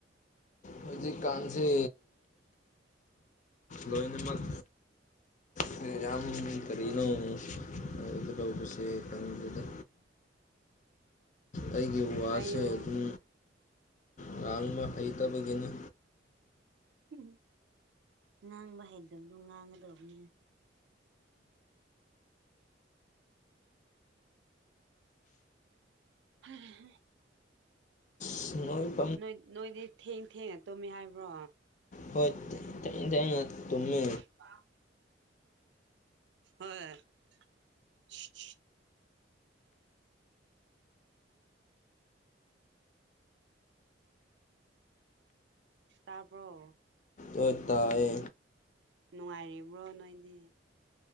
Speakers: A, on the left (about 40°); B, on the right (about 70°).
A: ꯍꯧꯖꯤꯛꯀꯥꯟꯁꯤ ꯂꯣꯏꯅꯃꯛ ꯀꯔꯤ ꯌꯥꯝ ꯀꯔꯤꯅꯣ ꯍꯥꯏꯒꯗꯧ ꯕꯁꯦ ꯈꯪꯗꯔꯦꯗꯥ ꯑꯩꯒꯤ ꯋꯥꯁꯦ
B: ꯍꯥꯏꯌꯣ
A: ꯑꯗꯨꯝ ꯉꯥꯡꯕ ꯍꯩꯇꯕꯒꯤꯅꯤ
B: ꯎꯝ ꯉꯥꯡꯕ ꯍꯥꯏꯩꯗꯕꯗꯨ ꯉꯥꯡꯒꯗꯕꯅꯦ ꯍ <unintelligible>
A: ꯁꯨꯃꯥꯏ <unintelligible>
B: ꯅꯣꯏ ꯅꯣꯏꯗꯤ ꯊꯦꯡ ꯊꯦꯡꯅ ꯇꯨꯝꯃꯤ ꯍꯥꯏꯕ꯭ꯔꯣ
A: ꯍꯣꯏ ꯊꯦꯟ ꯊꯪꯟ ꯇꯨꯝꯃꯤ
B: ꯄꯥ <unintelligible> ꯍꯣꯏ <inaudible> ꯇꯥꯕ꯭ꯔꯣ
A: ꯑꯣꯏ ꯇꯌꯦ
B: ꯅꯨꯡꯉꯥꯏꯔꯤꯕ꯭ꯔꯣ ꯅꯣꯏꯗꯤ